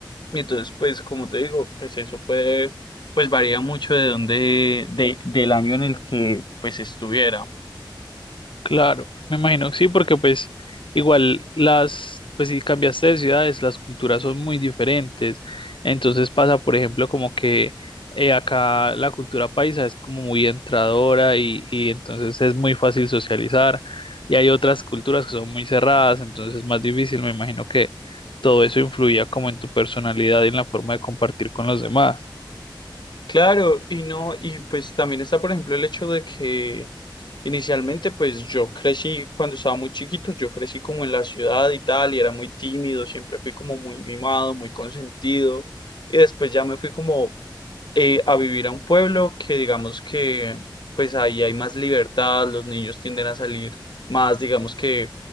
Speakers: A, on the left (about 60°); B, on the left (about 80°).
A: Y entonces, pues, como te digo, pues eso puede, pues varía mucho de dónde, de, del año en el que pues estuviera.
B: Claro, me imagino que sí, porque pues igual las, pues si cambiaste de ciudades, las culturas son muy diferentes. Entonces pasa, por ejemplo, como que eh, acá la cultura paisa es como muy entradora y, y entonces es muy fácil socializar. Y hay otras culturas que son muy cerradas, entonces es más difícil. Me imagino que todo eso influía como en tu personalidad y en la forma de compartir con los demás.
A: Claro, y no, y pues también está, por ejemplo, el hecho de que inicialmente, pues yo crecí cuando estaba muy chiquito, yo crecí como en la ciudad y tal, y era muy tímido, siempre fui como muy mimado, muy consentido, y después ya me fui como eh, a vivir a un pueblo que digamos que pues ahí hay más libertad, los niños tienden a salir más, digamos que